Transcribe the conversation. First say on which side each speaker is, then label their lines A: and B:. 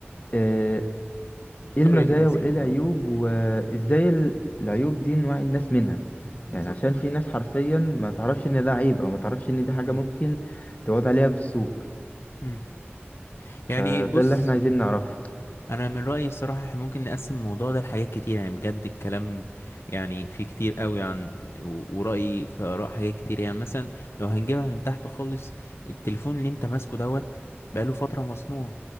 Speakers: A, on the left; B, on the left.
A: آه، ايه
B: طرق
A: المزايا
B: الناس
A: وايه
B: يعني
A: العيوب
B: اه
A: وازاي ال- العيوب دي نوعي الناس منها
B: بالظبط
A: يعني عشان في ناس حرفيا ما تعرفش ان ده عيب او ما تعرفش ان دي حاجة
B: امم
A: ممكن تعود عليها بالسوء
B: امم
A: فده
B: يعني بص
A: اللي احنا عايزين نعرفه
B: انا من رايي الصراحه احنا ممكن نقسم الموضوع ده لحاجات كتير يعني بجد الكلام يعني فيه كتير قوي عن و- ورايي في اراء حاجات كتير يعني مثلا لو هنجيبها من تحت خالص التليفون اللي انت ماسكه دوت بقاله فتره مصنوع